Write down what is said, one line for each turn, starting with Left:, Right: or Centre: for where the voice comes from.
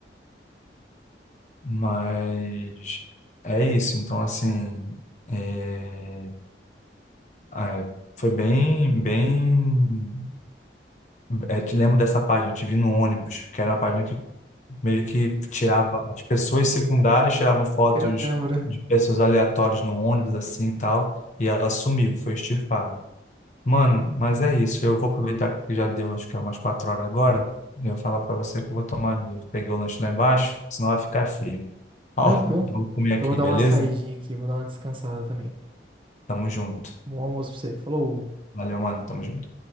Left: mas é isso, então assim. É... Ah, é, foi bem, bem. É, te lembro dessa página, te vi no ônibus, que era uma página que meio que tirava as pessoas secundárias, tiravam fotos
Right: Eu lembro.
Left: de pessoas aleatórias no ônibus, assim e tal, e ela sumiu, foi extirpada. Mano, mas é isso, eu vou aproveitar que já deu, acho que é umas quatro horas agora, e eu vou falar pra você que eu vou tomar ali. Peguei o lanche lá embaixo, senão vai ficar frio. <laughs> Ó,
Right: Tranquilo.
Left: vou comer aqui,
Right: Eu vou dar
Left: beleza?
Right: uma saidinha aqui, vou dar uma descansada também.
Left: Tamo junto.
Right: Bom almoço pra você. Falou.
Left: Valeu, mano, tamo junto.